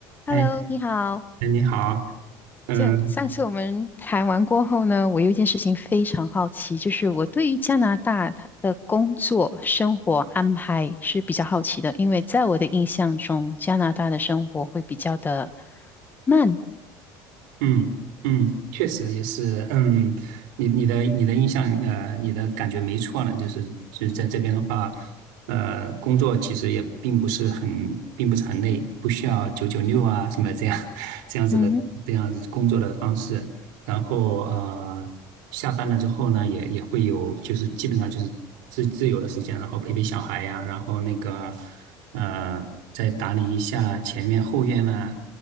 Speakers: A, on the right; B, on the left.
A: 哎，
B: Hello，你好。
A: 哎，你好，嗯
B: 这上次我们谈完过后呢，我有一件事情非常好奇，就是我对于加拿大它的工作生活安排是比较好奇的，因为在我的印象中，加拿大的生活会比较的慢。
A: 嗯嗯，确实也是，嗯，你你的你的印象，呃，你的感觉没错呢，就是就是在这边的话，呃，工作其实也并不是很并不是很累，不需要九九六啊什么这样 <laughs> 这样子的这样子工作的方式，
B: 嗯
A: 然后呃，下班了之后呢，也也会有就是基本上就是自自由的时间，然后陪陪小孩呀，然后那个呃，再打理一下前院后院啊。